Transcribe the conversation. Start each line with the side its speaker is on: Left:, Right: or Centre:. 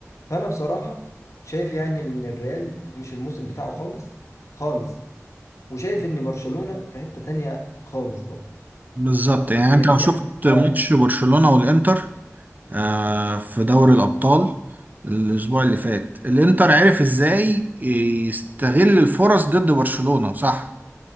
Left: فانا بصراحة شايف يعني ان الريال مش الموسم بتاعه خالص خالص وشايف ان برشلونة في حتة تانية خالص برضه
Right: بالظبط يعني
Left: ويمين
Right: أنت لو شفت
Left: يمين
Right: ماتش
Left: اه
Right: برشلونة والإنتر آه، في دوري الأبطال الأسبوع اللي فات الإنتر عرف إزاي يستغل الفرص ضد برشلونة صح